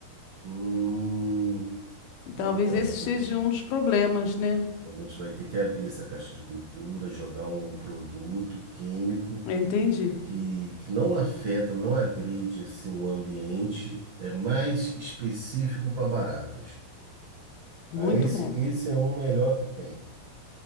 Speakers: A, on the right; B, on the left.
A: Hum,
B: Talvez
A: então
B: esse
A: a gente
B: seja um dos problemas, né?
A: A gente vai ter que abrir essa caixa de gordura, jogar um produto químico
B: Eu Entendi.
A: que, que não afeta, não agride assim o ambiente, é mais específico para baratas.
B: Muito
A: Ah, esse,
B: bom.
A: esse é um melhor que tem.